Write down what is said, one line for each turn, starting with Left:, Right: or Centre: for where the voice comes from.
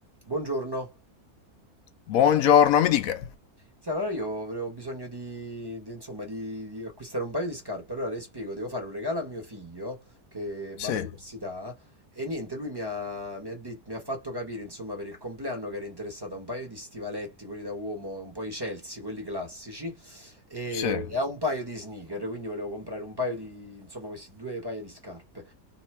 Right: Buongiorno.
Left: Buongiorno, mi dica.
Right: Sai, allora io avevo bisogno di, di, insomma, di, di acquistare un paio di scarpe. Allora le spiego, devo fare un regalo a mio figlio che
Left: Sì,
Right: va all'università e niente, lui mi ha, mi ha det- mi ha fatto capire, insomma, per il compleanno che era interessato a un paio di stivaletti, quelli da uomo, un po' i Chelsea, quelli classici, e
Left: sì.
Right: e a un paio di sneaker, quindi volevo comprare un paio di, insomma, questi due paia di scarpe.